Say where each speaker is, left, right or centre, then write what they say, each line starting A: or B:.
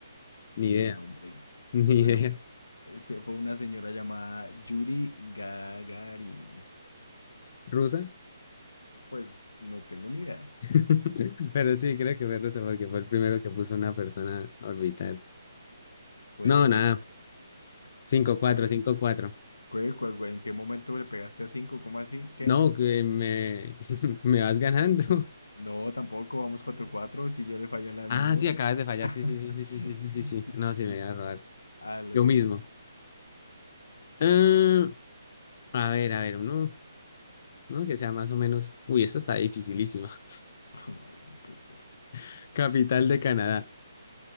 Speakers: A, on the left; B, on the left.
A: Sí,
B: ni idea,
A: el nombre.
B: <laughs> ni
A: Bueno,
B: idea.
A: se fue una señora llamada Yuri Gagarin.
B: ¿Rusa?
A: Pues no tengo ni idea.
B: <laughs> Pero sí, creo que fue rusa porque fue el primero que puso una persona orbital.
A: Puede
B: No,
A: ser,
B: nada,
A: pues.
B: cinco cuatro,
A: A ver.
B: cinco cuatro.
A: ¿Cuál- cuál- cuál- ¿En qué momento le pegaste a cinco? ¿Cómo así? ¿Qué?
B: No, que me, <laughs> me vas ganando. <laughs>
A: No, tampoco. Vamos cuatro cuatro. Si yo le falla la del
B: Ah,
A: muro.
B: sí, acabas de fallar.
A: <laughs>
B: Sí, sí, sí, sí, sí, sí, sí, sí. sí.
A: Sí,
B: No,
A: sí,
B: sí, me
A: sí.
B: voy a robar.
A: Ah, le
B: Yo
A: toca.
B: mismo. Mm, a ver, a ver, uno, uno que sea más o menos. Uy, esto está dificilísima.
A: <laughs> Ay, no puede ser.
B: <laughs> Capital de Canadá.